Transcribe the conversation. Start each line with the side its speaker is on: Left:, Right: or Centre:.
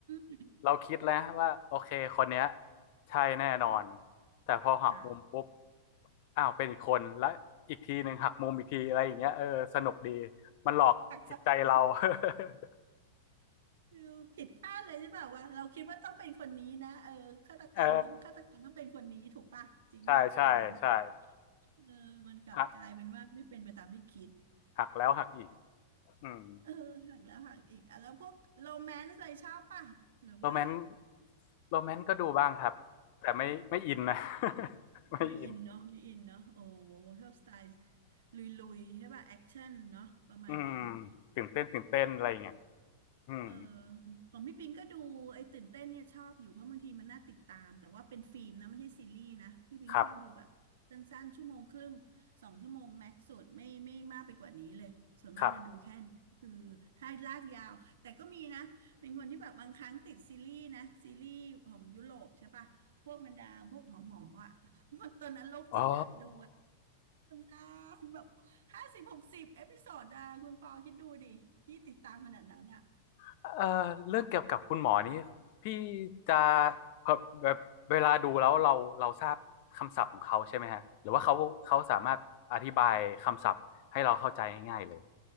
Right: ม
Left: เราคิดแล้วว่าโอเคคนเนี้ยใช่แน่นอนแต่พอหักมุมปุ๊บ
Right: จ้ะ
Left: อ้าวเป็นอีกคนแล้วอีกทีหนึ่งหักมุมอีกทีอะไรอย่างเงี้ยเออสนุกดีมันหลอกจิตใจเรา
Right: หักซับซ้อน
Left: <laughs>
Right: คือผิดคาดเลยใช่ป่ะว่าเราคิดว่าต้องเป็นคนนี้นะเออฆาตกรรมต้องฆาตกรรมต้องเป็นคนนี้ถูกป่ะจริงป่ะอย่างนั้น
Left: เออใช่ใช่ใช่
Right: เออมันกลับกลายเป็นว่าไม่เป็นไปตามที่คิด
Left: หักหักแล้วหักอีกอืม
Right: เออหักแล้วหักอีกอ่ะแล้วพวกโรแมนต์อะไรชอบป่ะหรือว่า
Left: โรแมนต์โรแมนต์ก็ดูบ้างครับแต่ไม่ไม่อินนะ <laughs> ไม่อิน
Right: ไมอินเนาะไมอินเนาะโอ้ชอบสไตล์ลุยๆใช่ป่ะแอคชั่นเนาะประมาณนั้น
Left: อืมตื่นเต้นตื่นเต้นอะไรอย่างเงี้ยอืม
Right: เออของพี่ปิงก็ดูไอ้ตื่นเต้นเนี่ยชอบอยู่เพราะบางทีมันน่าติดตามแต่ว่าเป็นฟิล์มนะไม่ใช่ซีรีส์นะพี่ปิงชอบดูแบบสั้นๆชั่วโมงครึ่งสองชั่วโมงแม็กซ์สุดไม่ไม่มากไปกว่านี้เลยส่วนมากจะดูแค่นี้คือถ้าลากยาวแต่ก็มีนะเป็นคนที่แบบบางครั้งติดซีรีส์นะซีรีส์ของยุโรปใช่ป่ะพวกบรรดาพวกหมอหมออ่ะ
Left: ครับครับ
Right: <laughs> พวกตอนนั้นโรคจิตอะดู
Left: อ๋อ
Right: นานแบบห้าสิบหกสิบเอพิโซดอะคุณปอคิดดูดิ พี่ติดตามขนาดนั้นอะ
Left: เอ่อเรื่องเกี่ยวกับคุณหมอนี้พี่จะแบบแบบเวลาดูแล้วเราเราทราบคำศัพท์ของเขาใช่ไหมฮะหรือว่าเขาเขาสามารถอธิบายคำศัพท์ให้เราเข้าใจง่ายๆเลย